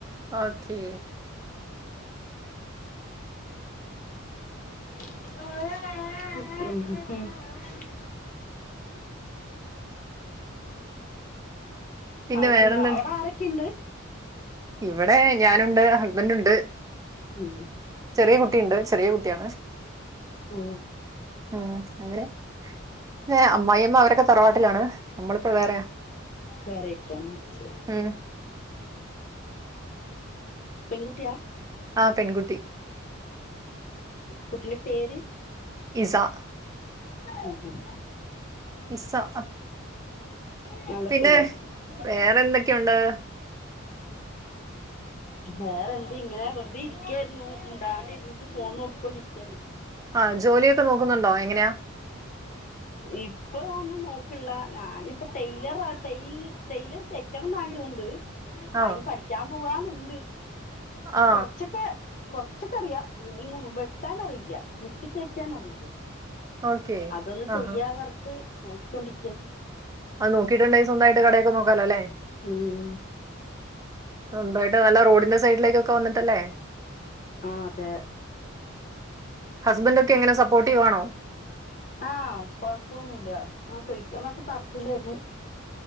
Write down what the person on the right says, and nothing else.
ഓക്കെ
പിന്നെ
വേറെന്താണ്
ഇവിടെ ഞാനുണ്ട് ഹസ്ബൻഡ് ഉണ്ട്
ചെറിയ കുട്ടിയിണ്ട് ചെറിയ കുട്ടിയാണ്
മ്മ് അങ്ങനെ പിന്നെ അമ്മായിമ്മ അവരക്കെ തറവാട്ടിലാണ് നമ്മളിപ്പോ വേറെയാ
ഉം
ആ പെൺകുട്ടി
ഇസാ
ഇസാ
പിന്നെ
വേറെ എന്തെക്കെ ഉണ്ട്
ആ ജോലിയൊക്കെ നോക്കുന്നുണ്ടോ എങ്ങനെയാ
ആ
ആ
ഓക്കെ
ആഹാ
അത് നോക്കിട്ടുണ്ടെങ്കി സ്വന്തായിട്ട് കടയൊക്കെ നോക്കാലോ അല്ലെ
സ്വന്തായിട്ട് വല്ല റോഡിന്റെ സൈഡിലേക്കൊക്കെ വന്നിട്ടല്ലേ
ഹസ്ബന്റോക്കെങ്ങനെ സപ്പോർട്ടീവാണോ